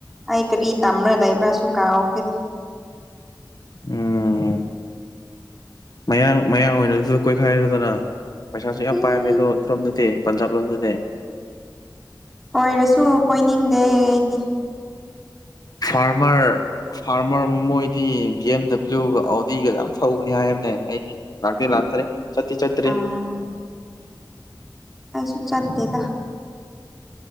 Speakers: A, in the centre; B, on the left (about 55°).
A: ꯑꯩ ꯀꯔꯤ ꯇꯝꯔ ꯂꯩꯕ꯭ꯔꯥꯁꯨꯨ ꯀꯥꯎꯈꯔꯦꯗ
B: ꯎꯝ ꯃꯌꯥꯡ ꯃꯌꯥꯡ ꯑꯣꯏꯔꯁꯨ ꯀꯣꯏꯈꯥꯏꯌꯨꯗꯅ ꯄꯩꯁꯥꯁꯨ ꯌꯥꯝ
A: ꯎꯝ
B: ꯄꯥꯏꯕꯃꯦ ꯑꯗꯣ ꯇ꯭ꯔꯣꯝꯗꯗꯤ ꯄꯟꯖꯥꯕ ꯂꯣꯝꯗꯗꯤ
A: ꯑꯣꯏꯔꯁꯨ ꯀꯣꯏꯅꯤꯡꯗꯦ ꯑꯩꯗꯤ
B: ꯐꯥꯔꯃꯔ ꯐꯥꯔꯃꯔ ꯃ ꯃꯣꯏꯗꯤ ꯕꯤ ꯑꯦꯝ ꯗꯕ꯭ꯂꯤꯎꯒ ꯑꯧꯗꯤꯒ ꯌꯥꯝ ꯊꯧꯕꯅꯤ ꯍꯥꯏꯕꯅꯦ ꯑꯩꯗꯤ ꯂꯥꯛꯇꯤ ꯂꯥꯛꯇꯔꯦ ꯆꯠꯇꯤ ꯆꯠꯇ꯭ꯔꯤ
A: ꯑꯥ ꯑꯩꯁꯨ ꯆꯠꯇꯦꯗ